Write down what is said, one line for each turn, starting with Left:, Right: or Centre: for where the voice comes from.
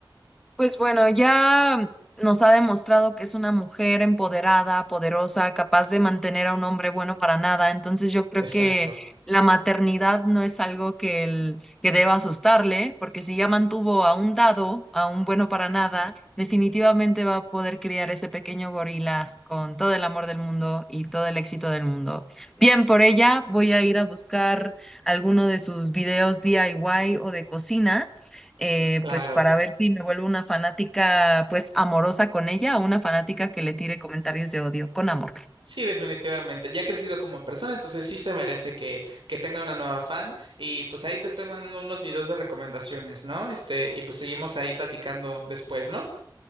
Centre: Pues bueno, ya nos ha demostrado que es una mujer empoderada, poderosa, capaz de mantener a un hombre bueno para nada. Entonces yo creo
Right: Exacto.
Centre: que la maternidad no es algo que, el- que deba asustarle, porque si ya mantuvo a un dado, a un bueno para nada, definitivamente va a poder criar ese pequeño gorila con todo el amor del mundo y todo el éxito del mundo. Bien, por ella voy a ir a buscar alguno de sus videos DIY o de cocina eh,
Right: Claro.
Centre: pues para ver si me vuelvo una fanática pues amorosa con ella o una fanática que le tire comentarios de odio con amor.
Right: Sí, definitivamente. Ya ha crecido como persona, entonces sí se merece que, que tenga una nueva fan. Y pues ahí te estoy mandando unos videos de recomendaciones, ¿no? Este, y pues seguimos ahí platicando después, ¿no?